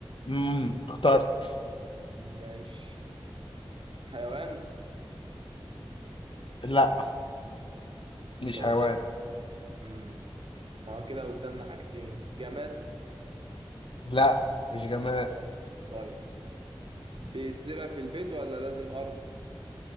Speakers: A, on the left; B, on the right.
A: امم اخترت
B: ماشي حيوان
A: لا مش
B: طيب
A: حيوان
B: مم. ما هو كده قدامنا حاجتين جماد
A: لا مش جماد
B: خلاص طيب بيتزرع في البيت ولا لازم أرض؟